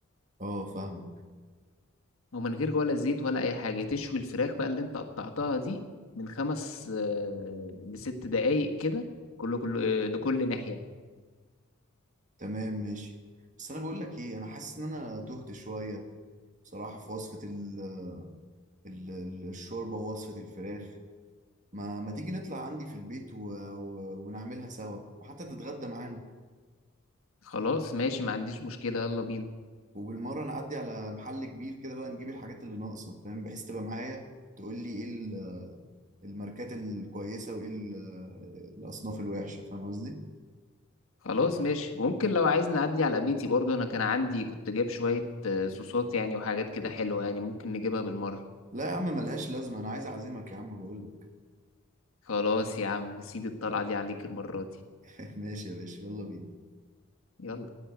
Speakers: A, on the right (about 35°); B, on the left (about 80°).
A: اه فاهمك
B: ومن غير ولا زيت ولا اي حاجه تشوي الفراخ بقى اللي انت قطعتها دي من خمس آه، لست دقايق كده كل كل آه، لكل ناحيه
A: تمام ماشي بس انا بقول لك ايه انا حاسس ان انا تهت شويه بصراحه في وصفه ال... ال... ال- الشوربه ووصفه الفراخ ما ما تيجي نطلع عندي في البيت و... و... ونعملها سوا وحتى تتغدى معانا
B: خلاص ماشي ما عنديش مشكله يلا بينا
A: وبالمرة نعدي على محل كبير كده بقى نجيب الحاجات اللي ناقصة فاهم بحيث تبقى معايا تقول لي ايه ال- الماركات الكويسة وايه ال- الأصناف الوحشة فاهم قصدي؟
B: خلاص ماشي وممكن لو عايز نعدي على بيتي برضو انا كان عندي كنت جايب شويه آه، صوصات يعني وحاجات كده حلوه يعني ممكن نجيبها بالمره
A: لا يا عم ملهاش لازمة أنا عايز أعزمك يا عم بقول
B: خلاص يا عم سيب الطلعه دي عليك المره دي
A: لك <laughs> ماشي يا باشا يلا بينا
B: يلا